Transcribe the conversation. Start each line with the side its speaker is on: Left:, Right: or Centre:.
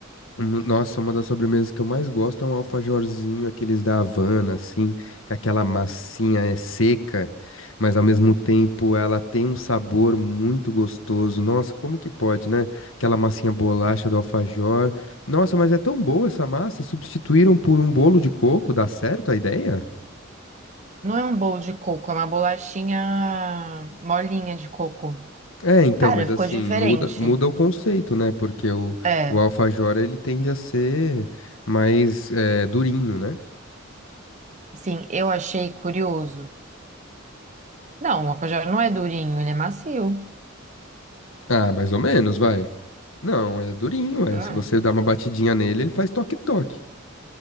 Left: hum, Nossa, uma das sobremesas que eu mais gosto é um alfajorzinho, aqueles da Havana, assim, que aquela massinha é seca, mas ao mesmo tempo ela tem um sabor muito gostoso. Nossa, como que pode, né? Aquela massinha bolacha do alfajor. Nossa, mas é tão boa essa massa, e substituíram por um bolo de coco, dá certo a ideia?
Right: Não é um bolo de coco, é uma bolachinha molinha de coco.
Left: É, então,
Right: Cara,
Left: mas
Right: ficou
Left: assim,
Right: diferente.
Left: muda, muda o conceito, né? Porque o,
Right: É,
Left: o alfajor, ele tende a ser mais eh, durinho, né?
Right: sim, eu achei curioso. Não, o alfajor não é durinho, ele é macio.
Left: Ah, mais ou menos, vai. Não, é durinho, é.
Right: Hum,
Left: Se você dá uma batidinha nele, ele faz toque-toque.